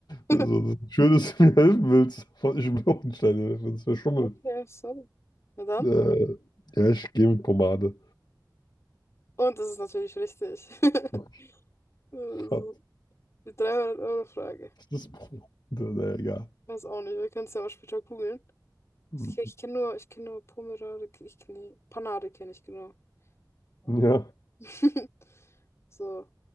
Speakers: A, on the left; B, on the left.
A: <laughs>
B: Also, das- ist schön, dass du mir helfen willst. aber Ich will auch nicht deine Hilfe, das wäre Schummeln.
A: Okay, sorry. Na dann.
B: Äh, ja, ich gehe mit Pomade.
A: Und das ist natürlich richtig. <laughs>
B: Oh
A: Also,
B: Gott,
A: Die dreihundert euro frage
B: das ist Pomade. Na, ja, egal.
A: Weiß auch nicht. Wir können es ja auch später googeln.
B: Hm.
A: Ich, ke- ich kenne nur, ich kenne nur Pomerade. Ich, nee, Panade kenne ich genau. Mhm.
B: Ja,
A: <laughs> So.